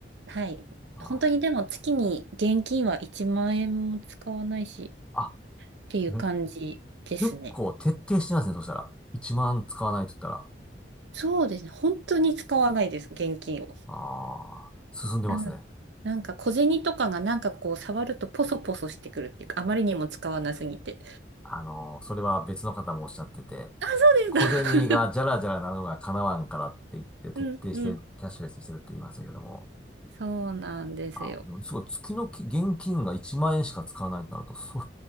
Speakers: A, on the right; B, in the centre.
A: はい。
B: あ
A: 本当にでも月に現金は1万円も使わないし
B: ー、あ
A: っていう感じですね。
B: め結構徹底してますね、そしたら。1万使わないと言ったら。
A: そうですね。本当に使わないです、現金を。
B: ああ、進んでますね。
A: なの、なんか小銭とかがなんかこう触るとポソポソしてくるっていうか、あまりにも使わなすぎて。
B: あの、それは別の方もおっしゃってて、
A: そうです。
B: 小銭がじゃらじゃらなのが叶わんからって言って徹底してキャッシュレスにしてるって言いましたけども。
A: <laughs> うんうん。そうなんですよ。
B: あ、でもすごい月のき現金が1万円しか使わないとなると、そ